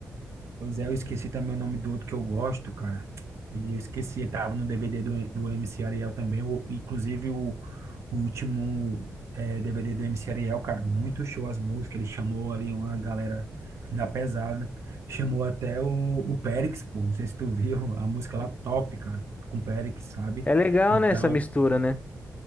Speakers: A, on the right; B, on the left.
A: Pois é, eu esqueci também o nome do outro que eu gosto, cara. E eu esqueci, tava no DVD do, do MC Ariel também. O, inclusive, o, o último eh, DVD do MC Ariel, cara, muito show as músicas. Ele chamou ali uma galera da pesada. Chamou até o, o Périx, pô. Não sei se tu viu a música lá, top, cara, com o Périx, sabe?
B: É legal,
A: Então,
B: né, essa mistura, né?